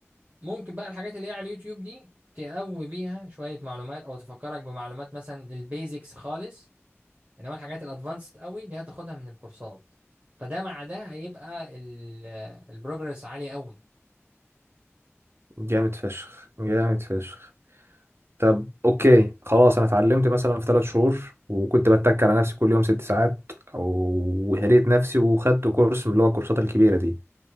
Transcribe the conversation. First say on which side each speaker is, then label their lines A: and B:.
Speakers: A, on the right (about 30°); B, on the right (about 55°).
A: ممكن بقى الحاجات اللي هي على اليوتيوب دي تقوي بيها شوية معلومات او تفكرك بمعلومات مثلا البيزكس خالص انما الحاجات الادفانسد قوي دي هتاخدها من الكورسات فده مع ده هيبقى البروجرس عالي قوي
B: جامد فشخ جامد فشخ طب اوكي خلاص انا اتعلمت مثلا في ثلاث شهور وكنت بتك على نفسي كل يوم ست ساعات وهريت نفسي وخدت كورس من اللي هو الكورسات الكبيره دي